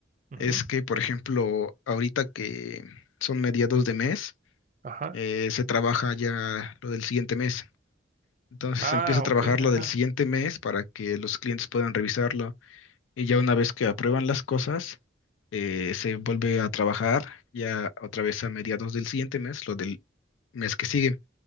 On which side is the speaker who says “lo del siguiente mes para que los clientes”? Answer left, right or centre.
Left